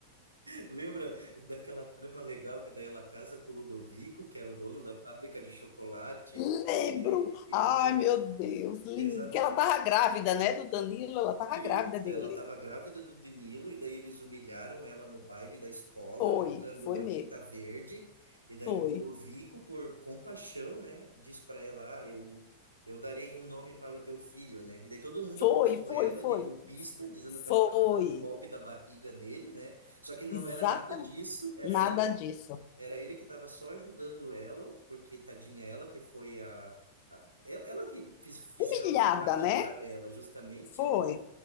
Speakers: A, on the right (about 90°); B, on the left (about 45°).
A: Lembra daquela trama legal que daí ela casa com o Ludovico, que era o dono da fábrica de chocolate,
B: Lembro!
A: e, e
B: Ai,
A: daí,
B: meu Deus, lindo.
A: exatamente.
B: Que ela tava grávida, né, do Danilo? Ela tava
A: Isso,
B: grávida dele.
A: ela estava grávida do Danilo, e daí eles humilharam ela no baile da escola,
B: Foi,
A: jogando
B: foi
A: a
B: mesmo.
A: tinta verde, e daí
B: Foi,
A: o Ludovico, por compaixão, né, diz para ela, ah, eu, eu darei um nome para o teu filho, né, e daí todo mundo
B: foi,
A: acusou
B: foi,
A: ela
B: foi.
A: de golpista, dizendo que ela
B: Foi.
A: estava dando o golpe da barriga nele, né, só que não
B: Exatamente.
A: era nada disso, era
B: Nada
A: ele,
B: disso.
A: era ele que estava só ajudando ela, porque tadinha ela que foi a... a- Ela ela que fiz- fizeram
B: Humilhada,
A: a maldade
B: né?
A: para ela, justamente,
B: Foi,
A: né?